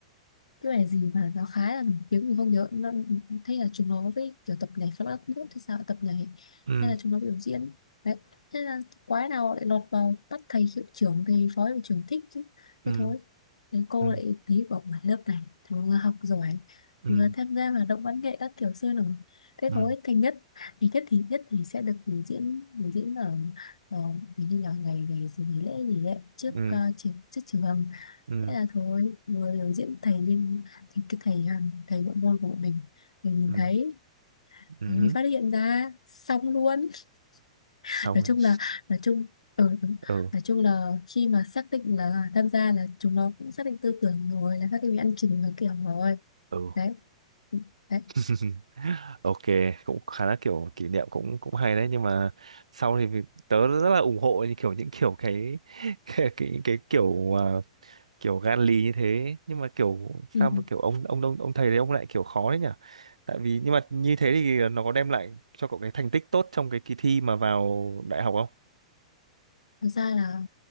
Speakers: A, on the left; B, on the right.
A: cái bài gì mà nó khá là nổi tiếng mình không nhớ nó thấy là chúng nó với kiểu tập nhảy flamenco không biết thế sao lại tập nhảy
B: Ừ,
A: nên là chúng nó biểu diễn đấy thế là quái nào lại lọt vào bắt thầy hiệu trưởng thầy phó hiệu trưởng thích chứ
B: ừ,
A: thế thôi thì cô
B: ừ,
A: lại tí bảo ngoài lớp này thằng vừa học giỏi
B: ừ,
A: vừa tham gia hoạt động văn nghệ các kiểu sôi nổi thế
B: ừ,
A: thôi thành nhất thì nhất thì nhất thì sẽ được biểu diễn biểu diễn ở, ở như là ngày ngày gì nghỉ lễ gì đấy trước
B: ừ,
A: ờ, trường trước trường
B: ừ,
A: Thế là thôi vừa biểu diễn thầy bên thầy cái thầy hàng thầy bộ môn của bọn mình mình nhìn
B: ừ,
A: thấy
B: ừ.
A: thì phát hiện ra xong luôn <laughs>
B: Xong.
A: nói chung là nói chung ừ, đúng.
B: Ừ,
A: nói chung là khi mà xác định là tham gia là chúng nó cũng xác định tư tưởng rồi là xác định bị ăn chừng nó kiểu rồi
B: ừ.
A: đấy Ừ, đấy
B: <laughs> Ok, cũng khá là kiểu kỷ niệm cũng cũng hay đấy nhưng mà sau thì vì- tớ rất là ủng hộ những kiểu những kiểu cái <laughs> cái cái, cái kiểu à, kiểu gan lì như thế nhưng mà kiểu
A: ừ.
B: sao mà
A: ừ.
B: kiểu ông ông ông, ông thầy đấy ông lại kiểu khó đấy nhỉ? Tại vì nhưng mà như thế thì nó có đem lại cho cậu cái thành tích tốt trong cái kỳ thi mà vào đại học không?
A: thực ra là